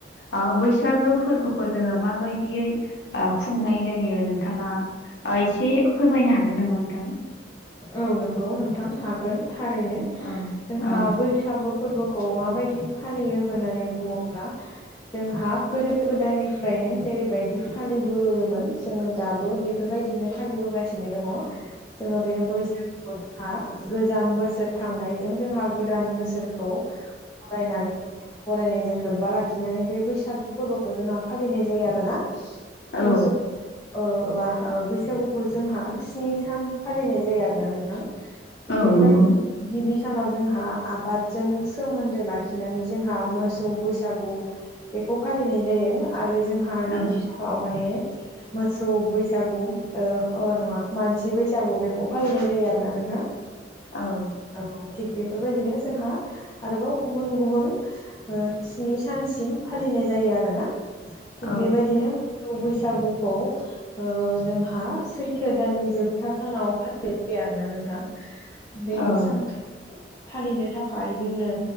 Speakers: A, on the left; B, on the left.
A: ओ बैसागो फोरबोखौ जोङो माबायदियै ओ खुंनाय जायो नोंथाङा ओ एसे फोरमायनो हागोन नामा नोंथां?
B: औ नंगौ नोंथां हागोन थारैनो
A: औ
B: जोंहा
A: औ
B: बैसागु फोरबोखौ माबायदि फालियो होननानै बुङो ब्ला जोंहा गोदो गोदायनिफ्रायनो जेरैबायदि फालिबोयोमोन जोङो दाबो बे बेफोरबायदिनो फालिबोगासिनो दङ जोङो बे बैसागुखौ जोंहा गोजाम बोसोर थांनायजों जोंहा गोदान बोसोर खौ बरायनानै बरायनायजों लोब्बा लाखिनानै बे बैसागु फोरबोखौ जोंहा फालिनाय जायो आरो ना।
A: औ
B: मोसौ ओ ओ बैसागुखौ जोंहा स्नि सान फालिनाय जायो आरोना नोंथां थिग
A: औ
B: बेबाय
A: नंगौ
B: गिबि सानाव जोंहा आबादजों सोमोन्दो लाखिनानै जोंहा मोसौ बैसागु बेखौ फालिनाय जायो आरो जोंहा हा नैथि
A: औ
B: सानाव माने मोसौ बैसागु ओ अ नङा मानसि बैसा बैसागु बेखौ फालिनाय जायो आरो ना नोंथां।
A: औ।
B: औ थिग बेफोरबायदिनो जोंहा आरोबाव गुबुन गुबुन ओ स्नि सानसिम फालिनाय जायो आरोना थिग
A: औ
B: बेबायदिनो सौ बैसागुखौ ओ जोंहा सैथो दाननि जोब था सानाव फालिनाय जायो आरोना नोंथां बे
A: औ
B: सान फालिनो थाखाय जोंनो